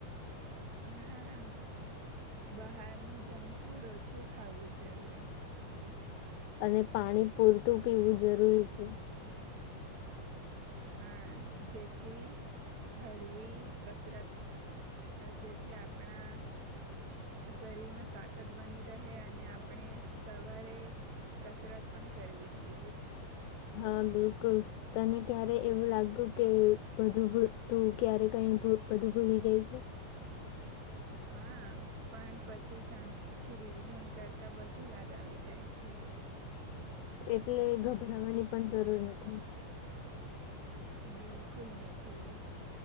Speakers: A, on the right (about 50°); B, on the left (about 75°).
A: હા બહારનું જંક ફૂડ ઓછું ખાવું જોઈએ
B: અને પાણી પૂરતું પીવું જરૂરી છે
A: હા જેથી હળવી કસરત જેથી આપણા શરીર માં તાકાત બની રહે અને આપણે સવારે કસરત પણ કરવી જોઈએ
B: હા બિલકુલ તને ક્યારે એવું લાગ્યું કે બધું તું ક્યારે કઈ બધું ભૂલી ગઈ છે
A: હા પણ પછી શાંતિ થી રિવિઝન કરતા બધું યાદ આવી જાય છે.
B: એટલે ગભરાવાની પણ જરૂર નથી
A: બિલકુલ નથી